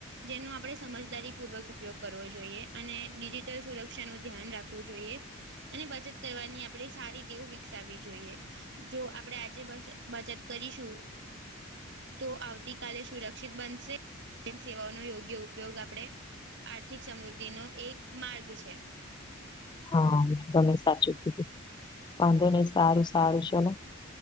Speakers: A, on the right; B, on the left.
A: જેનો આપણે સમજદારી પૂર્વક ઉપયોગ કરવો જોઈએ અને ડિજિટલ સુરક્ષાનું ધ્યાન રાખવું જોઈએ. અને બચત કરવાની આપણે સારી ટેવ વિકસાવવી જોઈએ. જો આપણે આજે બચત કરીશું તો આવતીકાલે સુરક્ષિત બનશે સેવાઓનો યોગ્ય ઉપયોગ આપણે આર્થિક સમૃદ્ધિ નો એક માર્ગ છે.
B: હા, એ તો તમે સાચું કીધું વાંધો નહી સારું સારું ચલો